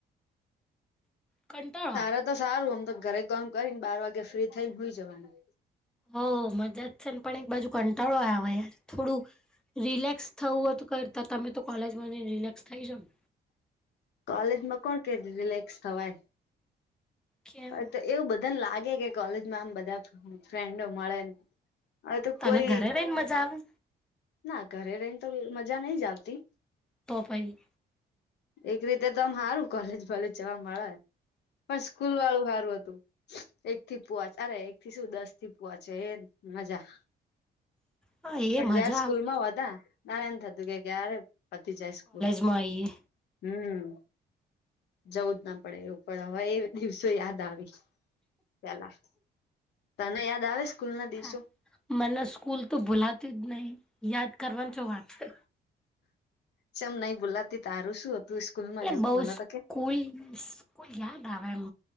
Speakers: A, in the centre; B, on the left (about 75°).
A: કંટાળો
B: તારા
A: આવે.
B: તો સારું આમ તો ઘરે કામ કરીને બાર વાગે ફ્રી થઈ ને હોઈ જવાનું.
A: હઓ મજા જ છે ને પણ એક બાજુ કંટાળો આવે યાર થોડું રિલેક્સ થવું હોય તો કરતા તમે તો કોલેજમાં જઈ ને રિલેક્સ થઈ જાવને
B: કોલેજ માં કોણ કે રિલેક્સ થવાય.
A: કેમ
B: તો એવું બધાને લાગે કે કોલેજમાં આમ બધા ફ્રેન્ડો મળેન હ તો
A: તને
B: કોઈ
A: ઘરે રહીને મજા આવે
B: ના ઘરે રહીને તો મજા નઈ જ આવતી.
A: તો ભાઈ.
B: એક રીતે તોમ સારું કોલેજ ભલે જવા મળે પણ સ્કૂલ વાળું સારું હતું. એક થી પૂવાચ અરે એક થી શું દસ થી પૂવાચ એમ મજા.
A: હા એ
B: પણ
A: મજા
B: જયાર સ્કૂલ
A: આવે
B: હાતા ના એમ થતું કે ક્યારે પતી જાય સ્કૂલ
A: માઈએ.
B: હમ્મ જવું જ ના પડે એવું પણ હવે એ દિવસો યાદ આવે. પેલા તને યાદ આવે સ્કૂલ ના દિવસો.
A: હા મને સ્કૂલ તો ભૂલાતી જ નહી યાદ કરવાની ચો વાત હે
B: ચમ નહી ભૂલાતી તારું શું હતું સ્કૂલ માં
A: એટલે
B: એવું
A: બઉ
B: મને
A: સ્કૂલ
B: તો કે
A: યાદ આવે એમ